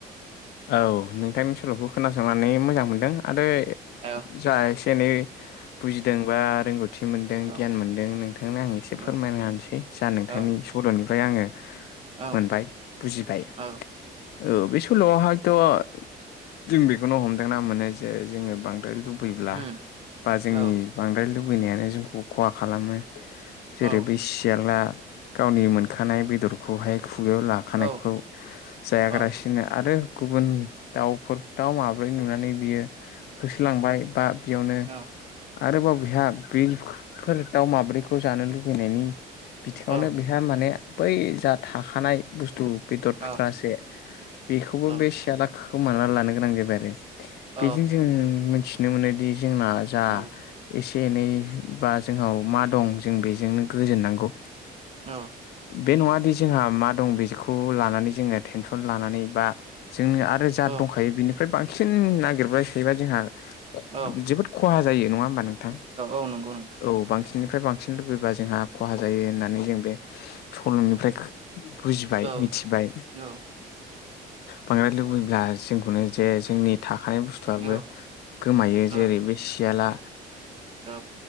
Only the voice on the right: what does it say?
औ
औ
औ
औ
औ
औ
उम
औ
औ
औ
औ
औ
औ
औ
औ
औ
औ
औ
औ
औ
औ नंगौ नोंथां
औ
औ
औ
औ
औ